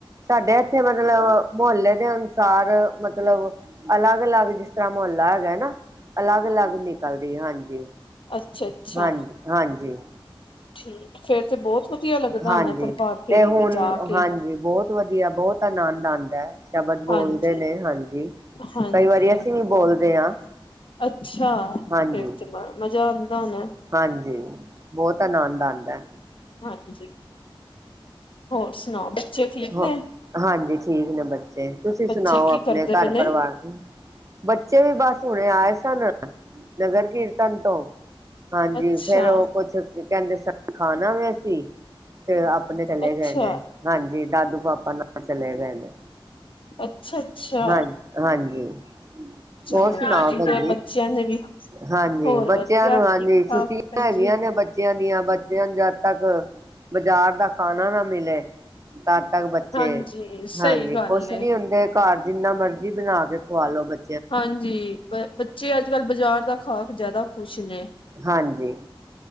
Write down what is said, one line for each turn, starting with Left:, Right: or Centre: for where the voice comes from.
Right: ਸਾਡੇ ਐਥੇ ਮਤਲਬ ਮੁਹੱਲੇ ਦੇ ਅਨੁਸਾਰ ਮਤਲਬ ਅਲੱਗ-ਅਲੱਗ ਜਿਸ ਤਰ੍ਹਾਂ ਮੁਹੱਲਾ ਹੈਗਾ ਨਾ ਅਲੱਗ-ਅਲੱਗ ਨਿਕਲਦੀ ਹਾਂਜੀ।
Left: ਅੱਛਾ-ਅੱਛਾ
Right: ਹਾਂਜੀ ਹਾਂਜੀ
Left: ਠੀਕ ਫੇਰ ਤੇ ਬਹੁਤ ਵਧੀਆ ਲੱਗਦਾ
Right: ਹਾਂਜੀ
Left: ਹੋਣਾ ਪ੍ਰਭਾਤ ਫੇਰੀ
Right: ਤੇ ਹੁਣ
Left: ਜਾ ਕੇ
Right: ਹਾਂਜੀ, ਬਹੁਤ ਵਧੀਆ, ਬਹੁਤ ਆਨੰਦ ਆਉਂਦਾ ਹੈ। ਸ਼ਬਦ ਬੋਲਦੇ
Left: ਹਾਂਜੀ।
Right: ਨੇ ਹਾਂਜੀ,
Left: ਹਾਂਜੀ,
Right: ਕਈ ਵਾਰੀ ਅਸੀਂ ਵੀ ਬੋਲਦੇ ਹਾਂ।
Left: ਅੱਛਾ,
Right: ਹਾਂਜੀ
Left: ਫਿਰ ਤੇ ਬੜਾ ਮਜ਼ਾ ਆਉਂਦਾ ਹੋਣਾ।
Right: ਹਾਂਜੀ, ਬਹੁਤ ਆਨੰਦ ਆਉਂਦਾ।
Left: ਹਾਂਜੀ, ਹੋਰ ਸੁਣਾਓ? ਠੀਕ
Right: ਹ,
Left: ਨੇ,
Right: ਹਾਂਜੀ ਠੀਕ ਨੇ ਬੱਚੇ, ਤੁਸੀਂ
Left: ਬੱਚੇ
Right: ਸੁਣਾਓ
Left: ਕੀ
Right: ਆਪਣੇ
Left: ਕਰਦੇ
Right: ਘਰ
Left: ਪਏ ਨੇ
Right: ਪਰਿਵਾਰ ਦੀ? ਬੱਚੇ ਵੀ, ਬਸ ਹੁਣੇ ਆਏ ਸਨ। ਨਗਰ ਕੀਰਤਨ ਤੋਂ ਹਾਂਜੀ
Left: ਅੱਛਾ।
Right: ਫੇਰ ਉਹ ਕੁਛ ਕਹਿੰਦੇ ਸਨ, ਖਾਨਾ ਵੇ ਅਸੀ ਤੇ ਆਪਣੇ ਚਲੇ
Left: ਅੱਛਾ,
Right: ਗਏ ਨੇ, ਹਾਂਜੀ ਦਾਦੂ ਪਾਪਾ ਨਾਲ, ਚਲੇ ਗਏ ਨੇ।
Left: ਅੱਛਾ -ਅੱਛਾ।
Right: ਹਾਂ ਹਾਂਜੀ,
Left: ਚਲੋ
Right: ਹੋਰ ਸੁਣਾਓ ਭੈੰਜੀ?
Left: <unintelligible>
Right: ਹਾਂਜੀ,
Left: ਹੋਰ
Right: ਬੱਚਿਆਂ
Left: ਵਧੀਆ
Right: ਨੂੰ ਹਾਂਜੀ,
Left: ਠੀਕ ਠਾਕ
Right: ਛੁੱਟੀਆਂ
Left: ਭੈਣਜੀ,
Right: ਹੈਗੀਆਂ ਨੇ ਬੱ ਬੱਚਿਆਂ ਦੀਆਂ ਬੱਚਿਆਂ ਨੂੰ ਜਦ, ਤੱਕ ਬਾਜ਼ਾਰ ਦਾ ਖਾਣਾ ਨਾ ਮਿਲੇ ਤਦ ਤੱਕ, ਬੱਚੇ
Left: ਹਾਂਜੀ ਸਹੀ
Right: ਹਾਂਜੀ,
Left: ਗੱਲ
Right: ਖੁਸ਼
Left: ਏ।
Right: ਨਹੀਂ ਹੁੰਦੇ। ਘਰ ਜਿੰਨਾ, ਮਰਜੀ ਬਣਾ ਕੇ ਖਵਾ ਲੋ ਬੱ
Left: ਹਾਂਜੀ, ਬ ਬੱਚੇ, ਅੱਜ- ਕੱਲ੍ਹ ਬਾਜ਼ਾਰ ਦਾ ਖਾ ਕੇ, ਜ਼ਿਆਦਾ ਖ਼ੁਸ਼ ਨੇ।
Right: ਹਾਂਜੀ।